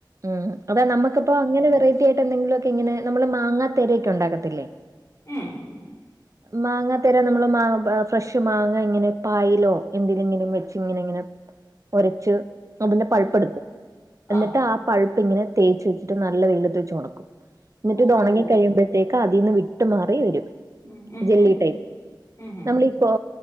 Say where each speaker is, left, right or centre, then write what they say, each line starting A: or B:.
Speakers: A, on the right; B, on the left.
A: ഉം അത നമ്മക്കിപ്പോ അങ്ങനെ വെറൈറ്റി ആയിട്ട്ന്തെങ്കിലുക്കെ ഇങ്ങനെ നമ്മള് മാങ്ങ തര ഉണ്ടാക്കത്തില്ലേ
B: ഉം
A: മാങ്ങ തരാ നമ്മള് മാ ഫ്രഷ് മാങ്ങ ഇങ്ങനെ പായിലോ എന്ത്ലെങ്കിലും വെച്ച് ഇങ്ങനെങ്ങനെ ഒരച്ച് അതിന്റെ പഴുപ്പ്
B: ആഹ്
A: എടുക്കും എന്നിട്ട്
B: ആഹ്
A: ആ പഴുപ്പ് ഇങ്ങനെ തേച്ച് വെച്ചിട്ട് നല്ല വെയിലത്ത് വച്ച് ഉണക്കും എന്നിട്ട്
B: ഓഹോ
A: ഒണങ്ങി കഴിയുമ്പോഴത്തേക്ക് അതിൽന്ന് വിട്ടു മാറി വരും
B: ഉം ഉംഹ്
A: ജെല്ലി ടൈപ്പ്
B: ഉംഹ്
A: നമ്മളീ ഓ